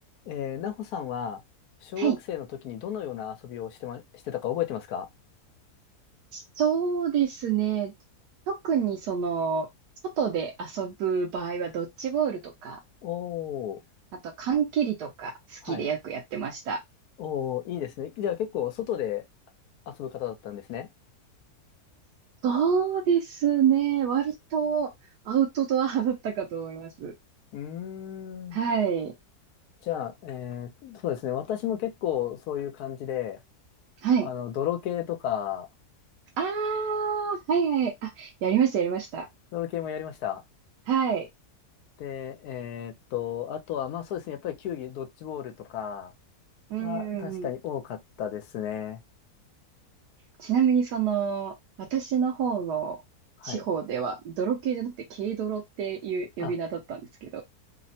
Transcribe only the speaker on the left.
えー、なほさんは、小学生の時にどのような遊びをしてま、
してたか覚えてますか
おー、
はい。おー、いいですね。じゃあ結構外で遊ぶ方だったんですね。
うーん。
じゃあ、えー、そうですね。私も結構そういう感じで、
あの、泥系とか、
泥系もやりました。
で、えーっと、あとは、まあそうですね。やっぱり球技、ドッジボールとか
が確かに多かったですね。
はい。
あ